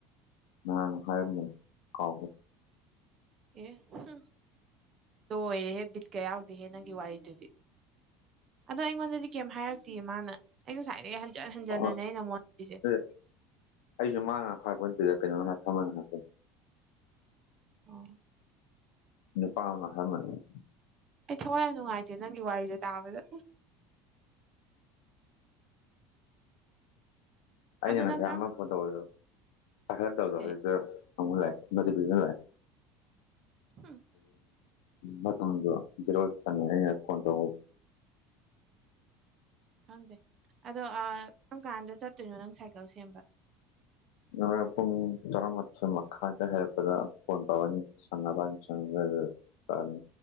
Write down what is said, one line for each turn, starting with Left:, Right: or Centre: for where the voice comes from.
Left: ꯅꯍꯥꯟ ꯍꯥꯏꯔꯝꯕꯅꯦ ꯀꯥꯎ
Right: ꯑꯦ ꯍꯝ ꯂꯣꯏꯔꯦꯍꯦ ꯕꯤꯠꯀꯥ ꯌꯥꯎꯗꯦꯍꯦ ꯅꯪꯒꯤ ꯋꯥꯔꯤꯗꯨꯗꯤ ꯑꯗꯣ ꯑꯩꯉꯣꯟꯗꯗꯤ ꯀꯩꯝ ꯍꯥꯏꯔꯛꯇꯤꯌꯦ ꯃꯥꯅ ꯑꯩ ꯉꯁꯥꯏꯗꯒꯤ ꯍꯟꯖꯟ ꯍꯟꯖꯟꯅꯅꯦ
Left: ꯑꯣ
Right: ꯑꯩꯅ ꯃꯣꯠꯂꯤꯁꯦ
Left: ꯑꯦ ꯑꯩꯖꯨ ꯃꯥꯥꯅ ꯍꯥꯏꯔꯛꯄ ꯅꯠꯇ‌ꯦꯗ ꯀꯩꯅꯣꯅ <unintelligible>
Right: ꯑꫭ
Left: ꯅꯨꯄꯥꯥꯃꯥ ꯍꯥꯏꯔꯝꯕꯅꯤ
Right: ꯑꯩ ꯊꯋꯥꯏ ꯌꯥꯝ ꯅꯨꯡꯉꯥꯏꯇꯦ ꯅꯪꯒꯤ ꯋꯥꯔꯤꯖꯦ ꯇꯥꯕꯗ
Left: ꯑꯩꯅ
Right: ꯑꯗꯣ
Left: ꯉꯁꯥꯏ
Right: ꯅꯪ ꯀꯔꯝ
Left: ꯑꯃ ꯐꯣꯟ ꯇꯧꯕꯗꫭ ꯄꯥꯏꯈꯠ ꯇꯕꯗꯣ
Right: ꯀꯩ
Left: ꯍꯧꯖꯤꯛꯇ ꯑꯃꯨꯛꯀ ꯂꯥꯛꯑ‌ꯦ ꯅꫭꯇꯤꯐꯤꯁꯟ ꯂꯥꯛꯑ‌ꯦ
Right: ꯍꯨꯝ
Left: ꯃꯇꯝꯗꯣ ꯖꯦꯔꯣꯜ ꯆꯪꯉꯦ ꯑꯩꯅ ꯐꯣꯟ ꯇꯧꯕ
Right: ꯈꯪꯗꯦ ꯑꯗꯣ ꯑꯥ ꯀꯔꯝ ꯀꯥꯟꯗ ꯆꯠꯇꯣꯏꯅꯣ ꯅꯪ ꯁꯥꯏꯀꯜ ꯁꯦꯝꯕ
Left: ꯅꯪ ꯍꫭꫪ‌ꯦꯟ ꯄꯨꯡ ꯇꯔꯥꯃꯥꯊꯣꯏ ꯃꯈꯥꯏꯗ ꯍꯥꯏꯔꯛꯄꯗ ꯐꯣꯟ ꯇꯧꯔꯅꯤ ꯁꯪꯅꯕꯅꯤ ꯆꯪꯉꯒꯒ ꯑꯅꯤ